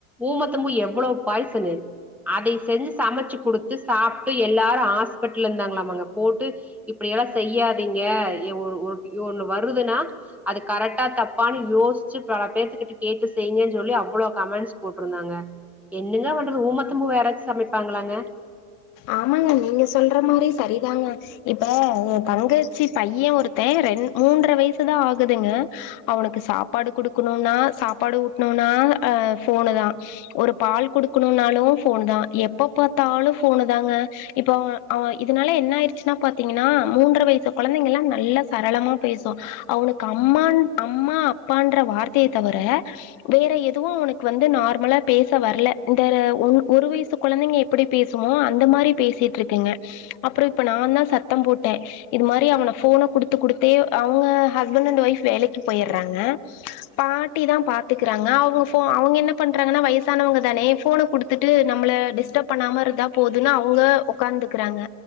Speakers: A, in the centre; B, on the left (about 45°).
A: ஊமத்தம்பூ எவ்ளோ பாய்சனு அதைய செஞ்சி சமைச்சி குடுத்து சாப்ட்டு எல்லாரு ஹாஸ்பிட்டல்ல இருந்தாங்களாமாங்க போட்டு இப்டியெல்லா செய்யாதீங்க எ ஒரு ஒரு ஒரு ஒண்ணு வருதுனா அது கரெக்டா தப்பானு யோஸ்ச்சி பல பேத்துகிட்ட கேட்டு செய்ங்கன் சொல்லி அவ்ளோ கமெண்ஸ் போட்ருந்தாங்க என்னங்க பண்றது ஊமத்தம்பூவ யாராச்சு சமைப்பாங்களாங்க
B: ஆமாங்க நீங்க சொல்ற மாரி சரிதாங்க இப்ப எ தங்கச்சி பைய ஒருத்தே ரெண் மூன்ற வயசுதா ஆகுதுங்க அவனுக்கு சாப்பாடு குடுக்கணுனா சாப்பாடு ஊட்ணுனா ஆ ஃபோனு தா ஒரு பால் குடுக்கணுனாலு ஃபோனு தா எப்ப பாத்தாலு ஃபோனு தாங்க இப்போ அவ அவ இதுனால என்ன ஆயிருச்சினா பாத்தீங்கனா மூன்ற வயசு கொழந்தைங்கலா நல்லா சரளமா பேசுவோ அவுனுக்கு அம்மான் அம்மா அப்பான்ற வார்த்தைய தவர வேற எதுவு அவனுக்கு வந்து நார்மலா பேச வரல இந்த ஒன் ஒரு வயசு கொழந்தைங்க எப்டி பேஸ் சுமோ அந்த மாரி பேசிட்ருக்குங்க அப்றோ இப்ப நாந்தா சத்த போட்டே இது மாரி அவன ஃபோன குடுத்து குடுத்தே அவுங்க ஹஸ்பண்ட் அண்ட் ஒய்ஃப் வேலைக்கு போய்றாங்க பாட்டி தா பாத்துக்றாங்க அவுங்க ஃபோ அவுங்க என்ன பண்றாங்கனா வயசானவங்க தானே ஃபோன குடுத் துட்டு நம்பள டிஸ்டப் பண்ணாம இருந்தா போதுனு அவுங்க உக்காந்துக்றாங்க